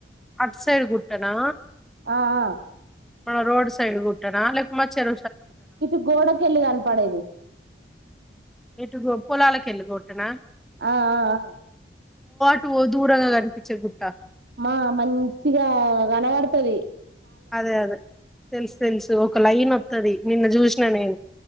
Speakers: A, in the centre; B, on the right.
A: అట్ సైడ్ కుట్టనా
B: ఆ అ
A: మన రోడ్ సైడ్ కుట్టనా లే మ చార
B: ఇటు గోడకెల్లి కనపడేది
A: ఎటు పొలాలకెళ్ళ కొట్టనా
B: ఆ ఆ
A: టు దూరంగ కనిపించ గుట్ట
B: మా మంచిగ కనబడతది
A: అదే అదే తెలుసు తెలుసు ఒక లైన్ స్తది నిన్న చూసిన నేను